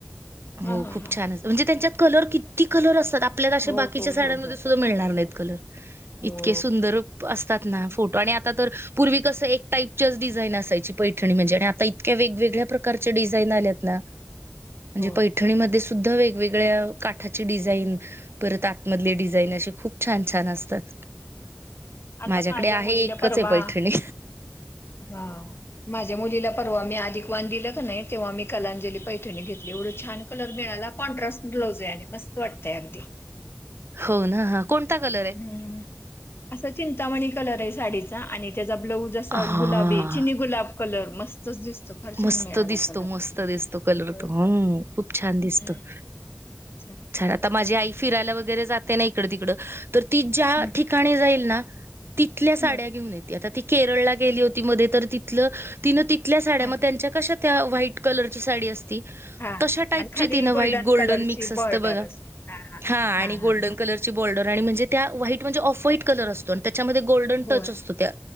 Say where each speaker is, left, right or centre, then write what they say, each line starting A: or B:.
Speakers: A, on the right (about 85°); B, on the left (about 70°).
A: हो
B: हा हा
A: खूप
B: हा
A: छान अस. म्हणजे त्यांच्यात कलर किती कलर असतात आपल्यात अशा
B: हो
A: बाकीच्या
B: हो
A: साड्यांमध्ये
B: हो हो
A: सुद्धा मिळणार नाहीत कलर.
B: हो
A: इतके सुंदर असतात ना फोटो आणि आता तर पूर्वी कसं एक टाईपच्याच डिझाईन असायची पैठणी म्हणजे आणि आता इतक्या वेगवेग्या प्रकारचे डिझाईन आल्यात ना. म्हणजे
B: होय
A: पैठणीमध्ये ध वेगवेगळ्या काठाची डिझाईन परत आतमधले डिझाईन अशी खूप छान छान असतात
B: आता
A: माझ्याकडे
B: माझ्या
A: आहे
B: मुलीला
A: एकच
B: परवा
A: आहे पैठणी.
B: हा माझ्या मुलीला परवा मी अधिक वान दिलं का नाही तेव्हा मी कलांजली पैठणी घेत. एवढं छान कलर मिळाला कॉन्ट्रास्ट ब्लाउज आहे आणि मस्त वाटतय अगदी.
A: हो ना ह कोणता कलर आहे.
B: ह् असा चिंतामणी कलर आहे साडीचा आणि त्याचा ब्लाऊज असा
A: हा
B: गुलाबी चिनी गुलाब कलर मस्तच दिसतो. फार छान
A: मस्त
B: मिळाला
A: दिसतो
B: कलर
A: मस्त दिसतो कलर
B: होय.
A: तो हम खूप छान
B: हम्म
A: दिसतो.
B: छान वाटते
A: आता माझी आई. फिरायला वगैरे जाते ना इकड तिकड तर ती ज्या
B: हम्म
A: ठिकाणी जाईल ना. तिथल्या साड्या
B: हम्म हम्म.
A: घेऊन येते आता ती केरळला गेली होती मध्ये तर तिथलं तिनं तिथल्या साड्यामध्ये
B: हा
A: त्यांच्या कशा त्या व्हाईट कलरची साडी असते.
B: हा
A: तश टाईप
B: आणि खाली
A: तिन व्हाईट गोल्डन
B: कलरची
A: मिक्स असत
B: बॉर्डर
A: बघा.
B: असते
A: हा आणि गोल्डन
B: हा हा.
A: कलरची बॉर्डर आणि म्हणजे त्या व्हाईट म्हणजे ऑफ व्हाट कलर असतो. त्याच्यामध्ये गोल्डन
B: होय
A: टच असतो त्या